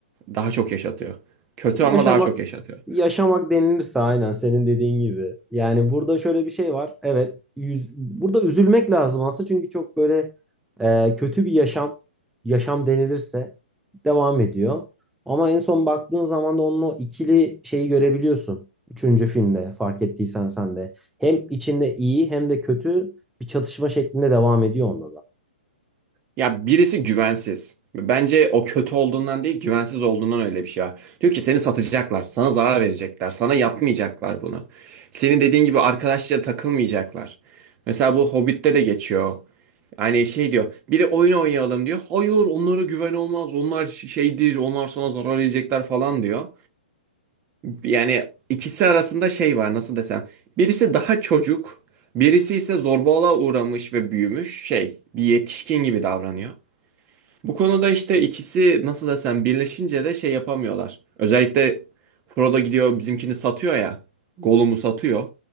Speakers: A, on the right; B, in the centre.
A: Daha çok yaşatıyor. Kötü
B: Yaşamak
A: ama daha çok yaşatıyor.
B: yaşamak denilirse aynen senin dediğin gibi. Yani burada şöyle bir şey var. Evet, yüz, burada üzülmek lazım aslında çünkü çok böyle e, kötü bir yaşam yaşam denilirse devam ediyor. Ama en son baktığın zaman da onun o ikili şeyi görebiliyorsun. Üçüncü filmde fark ettiysen sen de. Hem içinde iyi hem de kötü bir çatışma şeklinde devam ediyor onda da.
A: Ya birisi güvensiz. Bence o kötü olduğundan değil, güvensiz olduğundan öyle bir şey var. Diyor ki seni satacaklar, sana zarar verecekler, sana yapmayacaklar bunu. Senin dediğin gibi arkadaşça takılmayacaklar. Mesela bu Hobbit'te de geçiyor. Hani şey diyor, biri oyun oynayalım diyor. Hayır, onlara güven olmaz, onlar şeydir, onlar sana zarar verecekler falan diyor. Yani ikisi arasında şey var, nasıl desem. Birisi daha çocuk, birisi ise zorbalığa uğramış ve büyümüş şey, bir yetişkin gibi davranıyor. Bu konuda işte ikisi nasıl desem birleşince de şey yapamıyorlar. Özellikle Frodo gidiyor bizimkini satıyor ya. Gollum'u satıyor.